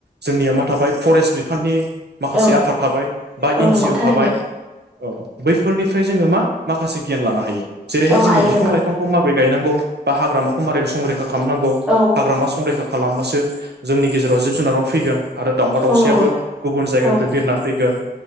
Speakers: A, on the right (about 85°); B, in the centre.
A: जोंनिया मा थाबाय फरेस्ट बिफाननि माखासे
B: औ
A: आफाद थाबाय बा
B: औ
A: एन
B: नंगौ
A: जि अ
B: थारैनो
A: थाबाय औ बैफोरनिफ्राय जोङो मा माखासे गियान लानो हायो जेरैहाय
B: औ
A: जोङो
B: हायो
A: बिफां
B: नंगौ
A: लाइफां खौ माबोरै गायनांगौ बा हाग्रामाखौ माबोरै संरैखा खालामनांगौ
B: औ
A: हाग्रामा संरैखा खालामबासो जोंनि गेजेराव जिब जुनाराव फैगोन आरो दाउमा दावउसियाबो
B: औ नंगौ
A: गुबुन जायगानिफ्राय
B: औ
A: बिरनानै फैगोन